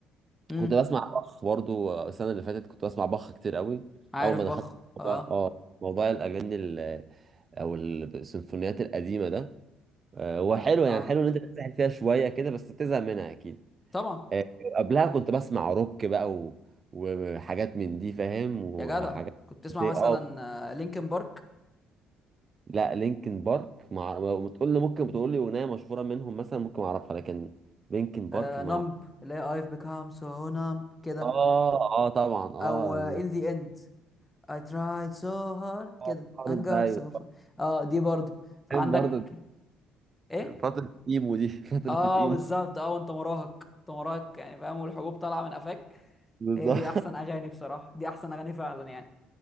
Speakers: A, on the left; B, on the right.
A: امم
B: كنت بسمع بخ برضو آه، السنه اللي فاتت كنت بسمع بخ كتير قوي
A: عارف
B: اول ما
A: بخ
B: دخلت موضوع-
A: اه
B: اه موضوع الاغاني ال- او السيمفونيات القديمه ده آه، هو حلو يعني
A: اه
B: حلو ان انت تسحل فيها شويه كده بس بتزهق منها اكيد
A: طبعا
B: آه، قبلها كنت بسمع روك بقى و... وحاجات من دي فاهم وحاجات
A: يا جدع كنت تسمع
B: اه
A: مثلا آه لينكن بارك
B: لا لينكن بارك مع ما تقول لي ممكن بتقول لي اغنيه مشهوره منهم مثلا ممكن اعرفها لكن لينكن بارك
A: آه
B: مع
A: نمب اللي هي I've become so numb كده
B: اه اه طبعا اه
A: او ان ذا اند I tried so hard
B: آه،
A: كده
B: عارف
A: and got
B: ده ايوه
A: so far اه دي برضو عندك
B: كان برضه
A: ايه
B: فتره الايمو دي <laughs> فتره
A: اه
B: الايمو
A: بالظبط اه وانت مراهق انت مراهق يعني فاهم والحبوب طالعه من قفاك
B: بالظبط
A: هي دي احسن اغاني بصراحه دي احسن اغاني فعلا يعني